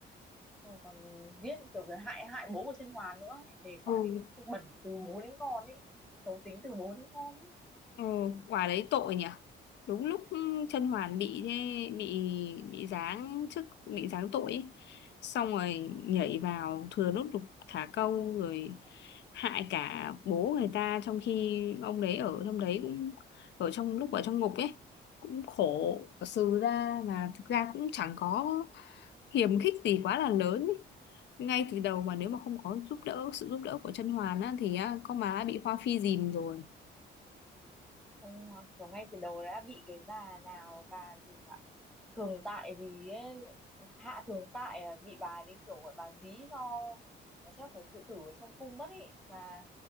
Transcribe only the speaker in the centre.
Xong còn giết kiểu cái hại hại bố của Chân Hoàn nữa em thề quả
đến bẩn từ bố đến con ấy xấu tính từ bố đến con ấy
Ông kiểu ngay từ đầu đã bị cái bà nào bà gì mà thường tại gì ấy hạ thường tại à, bị bà đi kiểu gọi bà dí cho và chắc phải tự tử ở trong cung mất ấy mà